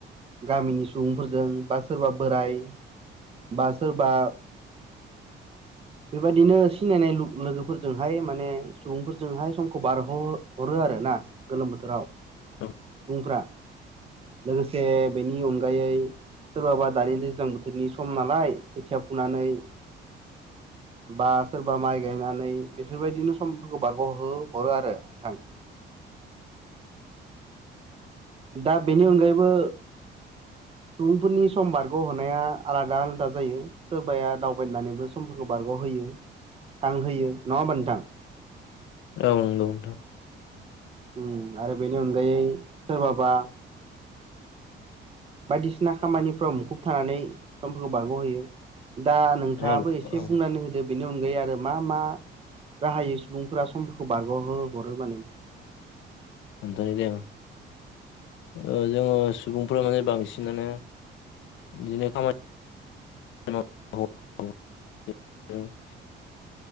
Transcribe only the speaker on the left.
औ
औ नंगौ नोंथां।
औ
खोन्थानाय द <unintelligible> ओ जोङो सुबुंफोरा माने बांसिनानो जखााम <unintelligible> दा <unintelligible>